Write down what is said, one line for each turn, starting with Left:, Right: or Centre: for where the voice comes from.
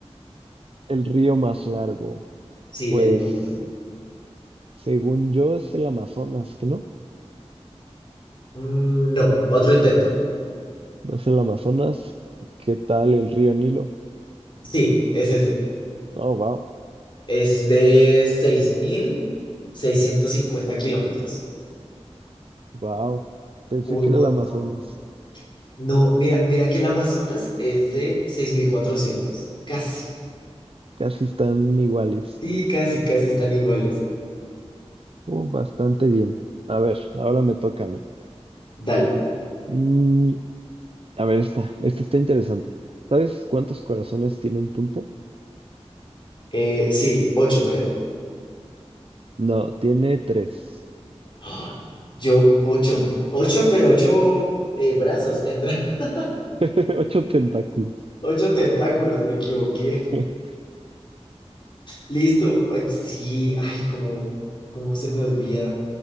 Right: El río más largo.
Left: Sí,
Right: Pues,
Left: del mundo.
Right: según yo, es el Amazonas, ¿qué no?
Left: Mm, no, otro intento.
Right: ¿No es el Amazonas? ¿Qué tal el río Nilo?
Left: Sí, es ese.
Right: Oh, wow,
Left: Es de seis mil seiscientos cincuenta kilómetros.
Right: wow. Pensé
Left: Un
Right: que era
Left: montón.
Right: el Amazonas.
Left: No, mira, mira que el Amazonas es de 6.400 Casi.
Right: Casi están iguales.
Left: Sí, casi, casi están iguales.
Right: Oh, bastante bien. A ver, ahora me toca a mí.
Left: Dale.
Right: Mm, A ver, esta, esta está interesante. ¿Sabes cuántos corazones tiene un pulpo?
Left: Eh, sí, 8 creo.
Right: No, tiene tres.
Left: ¡Ah! Yo, ocho. Ocho, pero ocho eh, brazos tendrá. <laughs>
Right: <laughs> Ocho tentáculos.
Left: Ocho tentáculos, me equivoqué.
Right: <laughs>
Left: Listo. Ay, sí, ay, como, cómo se me olvida.